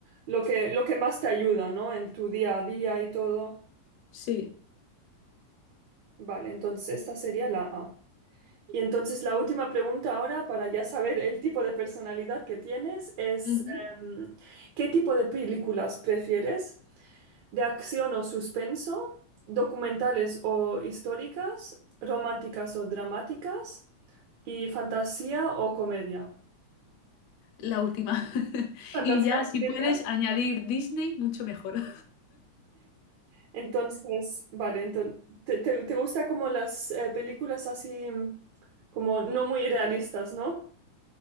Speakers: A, on the right; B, on the left.
A: lo que, lo que más te ayuda, ¿no? En tu día a día y todo.
B: Sí.
A: Vale, entonces esta sería la A. Y entonces la última pregunta ahora, para ya saber el tipo de personalidad que tienes, es
B: Ujú.
A: em, ¿qué tipo de películas prefieres? ¿De acción o suspenso? ¿Documentales o históricas? ¿Románticas o dramáticas? ¿Y fantasía o comedia?
B: La última. <laughs>
A: ¿Fantasía
B: Y ya,
A: o
B: si
A: comedia?
B: puedes añadir Disney, mucho mejor.
A: Entonces, vale, entonces, ¿te, te- te gusta como las eh, películas así como no muy realistas, ¿no?